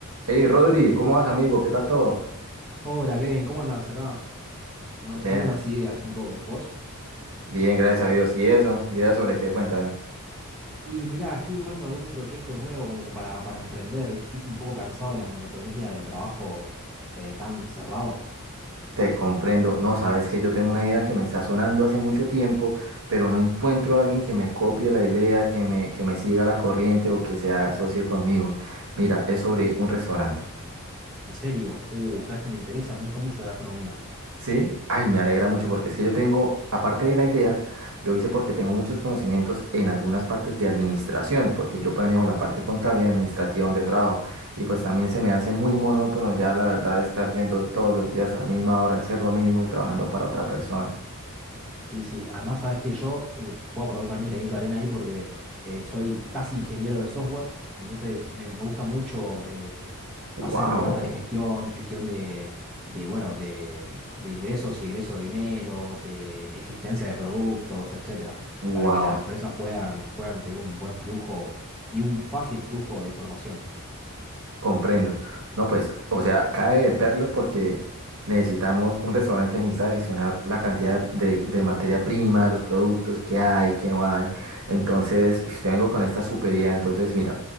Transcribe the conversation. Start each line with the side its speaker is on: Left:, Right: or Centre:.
Right: Hey Rodri, ¿cómo vas amigo? ¿Qué tal todo?
Centre: Hola Kevin, ¿cómo andás acá? Manejando
Right: Bien,
Centre: unas ideas un poco, ¿vos?
Right: bien, gracias a Dios. ¿Y eso? ¿Idea sobre qué? Cuéntame.
Centre: Y mirá, estoy buscando algún proyecto nuevo como para, para emprender, ¿viste? Estoy un poco cansado de la monotonía del trabajo eh, tan cerrado.
Right: Te comprendo. No, sabes que yo tengo una idea que me está sonando hace mucho tiempo, pero no encuentro a alguien que me copie la idea, que me, que me siga la corriente o que se asocie conmigo. Mira, es sobre un restaurante.
Centre: En serio, uh, sabes que me interesa, me gusta mucho la gastronomía.
Right: Sí, ay, me alegra mucho porque es que yo tengo, aparte de la idea, lo hice porque tengo muchos conocimientos en algunas partes de administración, porque yo manejo la parte contable y administrativa de trabajo, y pues también se me hace muy monótono ya la verdad estar yendo todos los días a la misma hora, a hacer lo mismo y trabajando para otra persona.
Centre: Sí, sí. Además, sabes que yo eh, puedo aportar también mi granito de arena ahí porque eh, soy casi ingeniero de software, entonces me, me gusta mucho eh,
Right: Wow,
Centre: hacer programas de gestión, gestión de, de, bueno, de, de ingresos y egresos de dinero, de existencia de productos, etcétera,
Right: wow.
Centre: para que las empresas puedan, puedan tener un buen flujo y un fácil flujo de información.
Right: Comprendo. No, pues, o sea, cae de perlas porque necesitamos, un restaurante necesita gestionar la cantidad de, de materia prima, los productos que hay, que no hay. Entonces, ush, te vengo con esta super idea. Entonces, mira,